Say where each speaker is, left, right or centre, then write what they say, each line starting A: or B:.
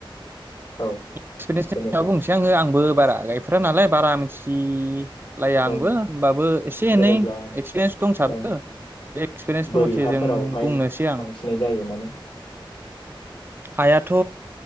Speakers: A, on the left; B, on the right.
A: औ
B: एक्सपिरियेन्सनि
A: जेनेब्ला
B: सायाव बुंनोसै आङो आंबो बारा गायफेरानालाय बारा मिथि लायआंबो
A: औ
B: होमबाबो एसे
A: जेनेब्ला
B: एनै एक्सपिरियेन्स दंसाबो
A: ओं
B: बे एक्सपिरियेन्स
A: बोरि
B: मथे
A: हाफोरावहाय
B: जों बुंनोसै आं
A: बांसिनै जायो माने
B: हायाथ'